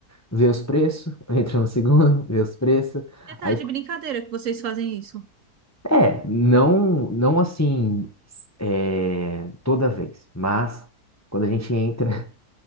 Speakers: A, on the left; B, on the right.
A: vê os preços, <laughs> entra no segundo, <laughs> vê os preços.
B: Você tá
A: Aí,
B: de brincadeira que vocês fazem isso.
A: é, não, não assim é, toda vez, mas quando a gente entra. <laughs>